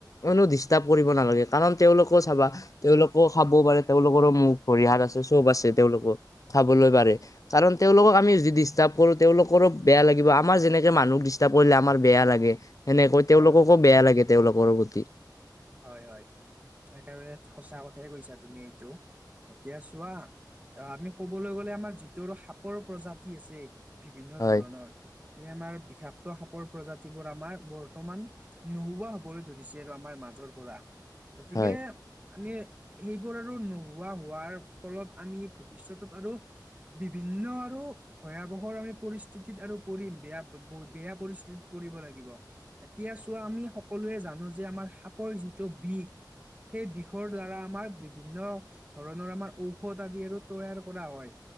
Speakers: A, on the left; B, on the right.
A: মানো ডিষ্টাৰ্ব কৰিব নালাগে কাৰণ তেওঁলোকো চাবা। তেওঁলোকো খাবও পাৰে, তেওঁলোকৰো মুখ ভৰিয়াল আছে চব আছে তেওঁলোকৰ খাবলৈ
B: হয়
A: পাৰে। কাৰণ তেওঁলোককৃ আমি যদি ডিষ্টাৰ্ব কৰোঁ তেওঁলোকৰো বেয়া লাগিব। আমাৰ যেনেকে মানুহক ডিষ্টাৰ্ব কৰিলে আমাৰ বেয়া লাগে। সেনেকৈ
B: হয়
A: তেওঁলোককো বেয়া লাগে তেওঁলোকৰ প্ৰতি।
B: হয় হয় একেবাৰে সঁচা কথাই কৈছা তুমি এইটো। এতিয়া চোৱা আহ আমি কবলৈ গ'লে আমাৰ যিটো আৰু সাপৰ প্ৰজাতি আছে। বিভিন্ন
A: হয়
B: ধৰণৰ এই আমাৰ বিষাক্ত সাপৰ প্ৰজাতিবোৰ আমাৰ বৰ্তমান। নোহোৱা হ'বলৈ ধৰিছে আৰু আমাৰ মাজৰ, পৰা। গতিকে
A: হয়
B: আমি সেইবোৰ আৰু নোহোৱা হোৱাৰ। ফলত আমি ভৱিষ্যতত আৰু বিভিন্ন আৰু ভয়াৱহৰ আমি পৰিস্থিতিত আৰু পৰিম বেয়া বেয়া পৰিস্থিতিত পৰিব লাগিব। এতিয়া চোৱা আমি সকলোৱে জানো যে আমাৰ সাপৰ যিটো বিষ সেই বিষ। বিষৰ দ্বাৰা আমাৰ বিভিন্ন ধৰণৰ আমাৰ ঔষধ আদি আৰু তৈয়াৰ কৰা হয়।